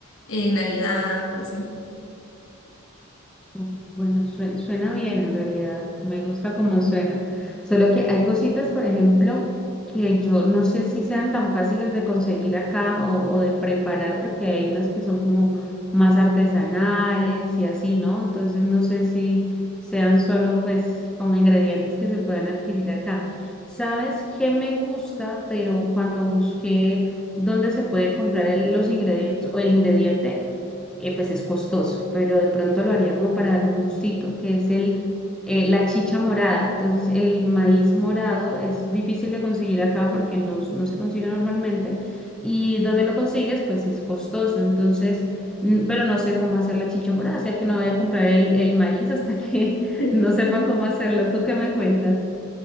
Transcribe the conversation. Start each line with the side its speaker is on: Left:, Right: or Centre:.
Left: en Navidad, así.
Centre: Mm, Bueno, sue- suena, bien en realidad, me gusta como suena. Solo que hay cositas, por ejemplo, que yo no sé si sean tan fáciles de conseguir acá o, o de preparar, porque hay unas que son como más artesanales y así, ¿no? Entonces no sé si sean solo pues como ingredientes que se puedan adquirir acá. ¿Sabes qué me gusta? Pero cuando busqué dónde se puede comprar el- los ingredientes o el ingrediente eh, pues es costoso, pero de pronto lo haría como para darme un gustito, que es el, eh, la chicha morada. Entonces, el maíz morado es difícil de conseguir acá porque no, no se consigue normalmente. Y donde lo consigues, pues es costoso. Entonces, n- pero no sé cómo hacer la chicha morada, o sea que no voy a comprar el, el maíz hasta que <laughs>
Left: <laughs>
Centre: no sepa cómo hacerlo. ¿Tú qué me cuentas?